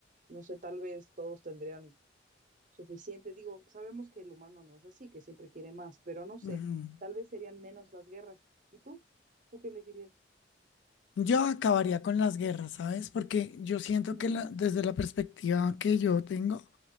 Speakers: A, on the right (about 45°); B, on the left (about 80°).
A: No sé, tal vez todos tendrían suficiente. Digo, sabemos que el humano no es así, que siempre quiere más, pero no sé,
B: ujú.
A: tal vez serían menos las guerras. ¿Y tú? ¿Tú qué elegirías?
B: Yo acabaría con las guerras, ¿sabes? Porque yo siento
A: Mm,
B: que la- desde la perspectiva que yo tengo,